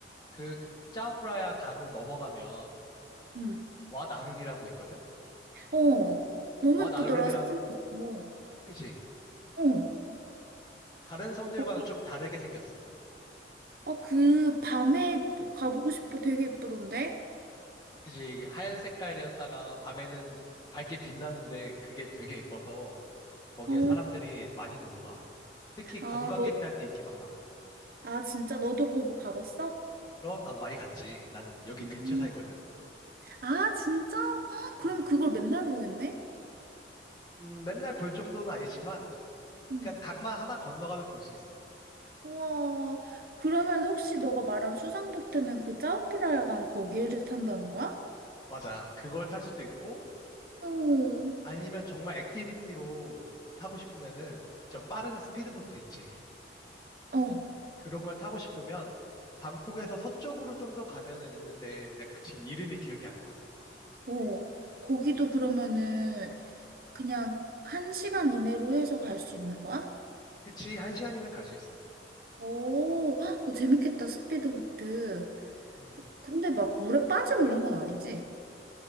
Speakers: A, on the left (about 25°); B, on the right (about 55°).
A: 그 짜오프라야 강을 넘어가면
B: 응.
A: 와나룬이라고 있거든?
B: 어, 너무
A: 와나룬이라고,
B: 예쁘더라, 사진 봤어.
A: 그지?
B: 어,
A: 다른 성들과는
B: 거기
A: 좀 다르게 생겼어.
B: 아, 그 밤에 가보고 싶어. 되게 예쁘던데?
A: 그지? 하얀 색깔이었다가 밤에는 밝게 빛나는데 그게 되게 예뻐서 거기에
B: 어,
A: 사람들이 많이 놀러 가. 특히 관광객들한테
B: 아, 너,
A: 인기 많아.
B: 아, 진짜 너도 거기 가봤어?
A: 그럼 나도 많이 갔지. 난 여기
B: 음,
A: 근처 살거든.
B: 아, 진짜? 헉, 그럼
A: 음.
B: 그걸 맨날 보겠네?
A: 음, 맨날 볼 정도는 아니지만
B: 음,
A: 그냥 강만 하나 건너가면 볼 수 있어.
B: 우와. 그러면 혹시 너가 말한 수상보트는 그 짜오프라야간 거기를 탄다는 거야?
A: 맞아. 그걸 탈 수도 있고
B: 어, 응,
A: 아니면 정말 액티비티로 타고 싶으면은 좀 빠른 스피드보트 있지.
B: 어,
A: 그런 걸 타고 싶으면 방콕에서 서쪽으로 좀 더 가면은 있는데 내가 지금 이름이 기억이 안 나.
B: 어. 거기도 그러면은 그냥 한 시간 이내로 해서 갈 수 있는 거야?
A: 그치? 한 시간이면 갈 수 있어.
B: 오, 헉, 그거 재밌겠다, 스피드보트.
A: 음.
B: 근데 막 물에 빠지고 이런 건 아니지?